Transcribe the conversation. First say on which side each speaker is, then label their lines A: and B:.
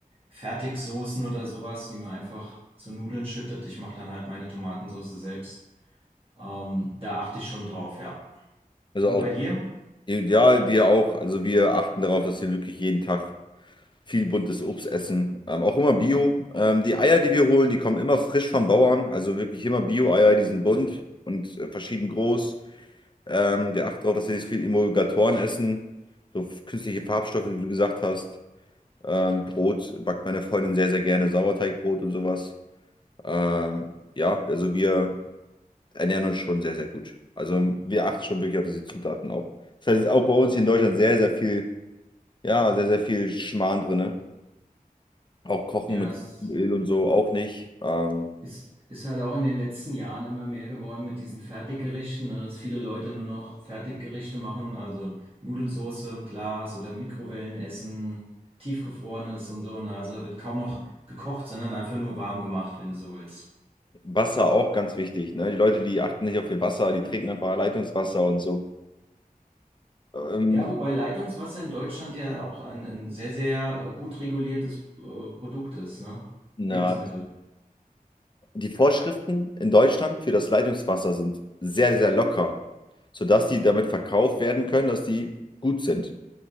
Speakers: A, on the right; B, on the left.
A: Fertigsoßen oder sowas, die man einfach zu Nudeln schüttet. Ich mache dann halt meine Tomatensauce selbst. Ähm, da achte ich schon drauf, ja.
B: Also
A: Und
B: auch,
A: bei dir?
B: ja, wir auch. Also wir achten darauf, dass wir wirklich jeden Tag viel buntes Obst essen. Ähm, auch immer Bio. Ähm, die Eier, die wir holen, die kommen immer frisch vom Bauern. Also wirklich immer Bio-Eier, die sind bunt und äh, verschieden groß. Ähm, wir achten darauf, dass wir nicht so viel Emulgatoren essen. So künstliche Farbstoffe, wie du gesagt hast. Ähm, Brot backt meine Freundin sehr, sehr gerne. Sauerteigbrot und sowas. Ähm, ja, also wir ernähren uns schon sehr, sehr gut. Also wir achten schon wirklich auf diese Zutaten auch. Das heißt, auch bei uns hier in Deutschland sehr, sehr viel, ja, sehr, sehr viel Schmarrn drinne. Auch Kochen
A: Ja,
B: mit
A: es
B: Öl und so auch nicht. Ähm,
A: Ist, ist halt auch in den letzten Jahren immer mehr geworden mit diesen Fertiggerichten, ne, dass viele Leute nur noch Fertiggerichte machen, also Nudelsauce im Glas oder Mikrowellenessen, tiefgefrorenes und so, ne? Also da wird kaum noch gekocht, sondern einfach nur warm gemacht, wenn du so willst.
B: Wasser auch ganz wichtig, ne? Die Leute, die achten nicht auf ihr Wasser, die trinken einfach Leitungswasser und so. Ähm,
A: Ja, wobei Leitungswasser in Deutschland ja auch ein, ein sehr, sehr äh, gut reguliertes äh, Produkt ist, ne?
B: na,
A: Lebensmittel.
B: die Vorschriften in Deutschland für das Leitungswasser sind sehr, sehr locker, sodass die damit verkauft werden können, dass die gut sind.